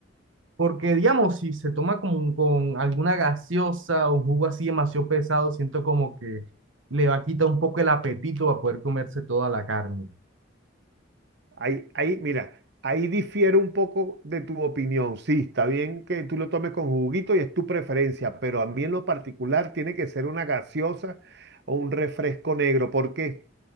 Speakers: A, on the right; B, on the right.
A: Porque, digamos, si se toma con, con alguna gaseosa o un jugo así demasiado pesado, siento como que le va a quitar un poco el apetito a poder comerse toda la carne.
B: Ahí, ahí, mira, ahí difiere un poco de tu opinión. Sí, está bien que tú lo tomes con juguito y es tu preferencia, pero a mí en lo particular tiene que ser una gaseosa o un refresco negro. ¿Por qué?